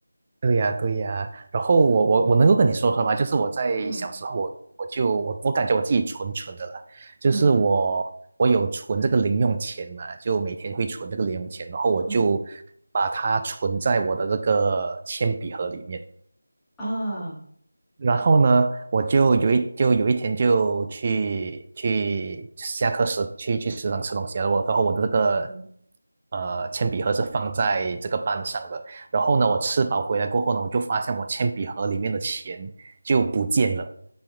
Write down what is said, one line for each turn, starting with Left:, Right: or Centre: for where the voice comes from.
Right: 对呀，对呀。然后我我我能够跟你说说吧，就是我在小时候我，
Centre: 嗯
Right: 我就我我感觉我自己蠢蠢的啦，就是我我有存这个零用钱嘛，
Centre: 嗯
Right: 就每天会存这个零用钱，然后我就
Centre: 嗯
Right: 把它存在我的这个铅笔盒里面。
Centre: 啊，
Right: 然后呢，我就有一就有一天就去去下课时去去食堂吃东西了。我然后我的这个
Centre: 嗯
Right: 呃铅笔盒是放在这个班上的。然后呢，我吃饱回来过后呢，我就发现我铅笔盒里面的钱就不见了。